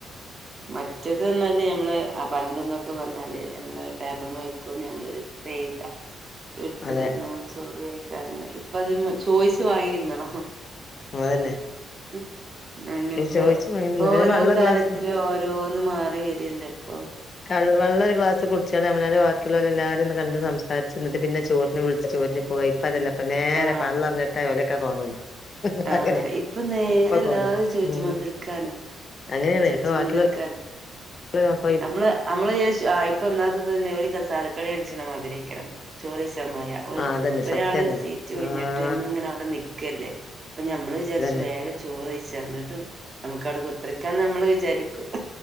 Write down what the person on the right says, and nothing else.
മറ്റത് ർഞാല് നഞമ്മള് ആ പണ്ട എന്നൊക്കെ പറഞ്ഞാല് നമ്മള് ടേബിൾ വെക്ക നമ്മള് ചെയ്ത എടുത്
കഴിഞ്ഞ നമ്മൾ ചോറ് കഴിക്ക അങ്ങനെ ഇപ്പ അത് ചോയിച്ച വാങ്ങി തിന്നണം.
ഉ അങ്ങൻത്തെ
ഓരോ
കാലത്ത്
ഓരോന്ന് മാറി വരല്ലേ ഇപ്പൊ
ആഹ്
ആഹ്
ഇപ്പൊ നേരെ
എല്ലാരും
ചോയ്ച്ചുമന്തൽക്കാണ്
ചോയ്ച്ചുമന്തൽക്കാണ്.
നമ്മള് നമ്മള് ഇപ്പൊ എന്നാകത്ത് തന്നെ ഒരു കസാലക്കളി കളിച്ചണം മതിരിക്കാരം ചോറ്ച്ചാൻ പോയാ
ഒരാള്
സീറ്റ് കഴിഞ്ഞിട്ട്
നമ്മളിങ്ങനെ അവിടെ നി ക്കല്ലേ അപ്പൊ ഞമ്മള് വിചാരിച്ചു
വേഗ ചോറയിച് എന്നിട്ട് നമുക്ക് അവിടെ കുത്തിര് ക്കാന്ന് <unintelligible> നമ്മള് വിചാരിക്കു.